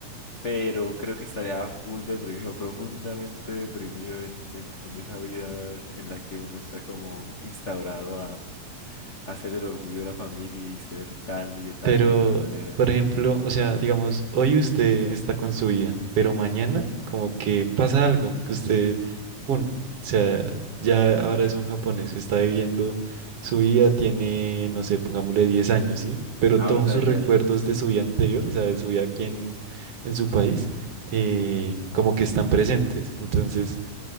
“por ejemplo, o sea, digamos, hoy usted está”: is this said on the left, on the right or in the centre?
Right